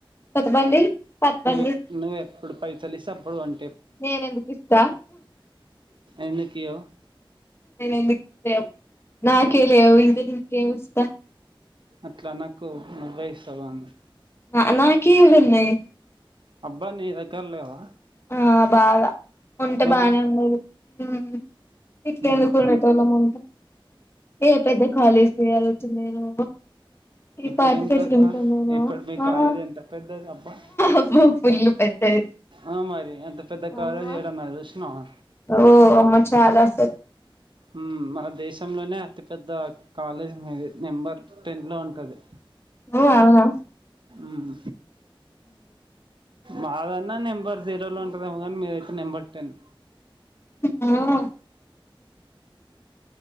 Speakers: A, on the left (about 25°); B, on the right (about 60°).
A: కొత్త బండి పాత బండి
B: నువె నువ్ ఎప్పుడు పైసల్ ఇస్తే అప్పుడు వన్
A: నేనెందుకు ఇస్త
B: ఎందుకియ్యవు
A: నేను ఎందుకు లేవు నాకే లేవు ఇంక నికేమిస్తా
B: అట్ల అనకు నువ్వే ఇస్తవ్ గాని
A: ఆ నాకేడున్నయ్
B: అబ్బా నీ దగ్గర లేవా
A: ఆ బాగ ఉంటే
B: మరి
A: బానే ఉండేది ఊమ్ ఇట్ల
B: మ్మ్
A: ఎందుకు ఉండేటోళ్ళము ఉంటే ఏ పెద్ద కాలేజీ <unintelligible> ఒచ్చిందేమో ఈ
B: ఇప్పుడేం
A: పాటికి ఎట్లా
B: తక్కువ
A: ఉంటుడేనో
B: ఇప్పుడు మీ
A: ఆ
B: కాలేజ్ ఎంత పెద్దది అబ్బా
A: అబ్బ ఫుల్లు పెద్దది
B: ఆ మరి అంత పెద్ద కాలేజి
A: అమ్మా
B: జూశ్నవా
A: ఓ అమ్మ చాలా అసలు
B: ఊమ్ మన దేశంలోనే అతి పెద్ద కాలేజ్ మీది నెంబర్ టెన్ లో ఉంటది
A: ఓ అవునా
B: ఊమ్ మారన్ నా నెంబర్ జీరోలో ఉంటదేమో గాన్ మీదయితే నెంబర్ టెన్
A: హు ఆ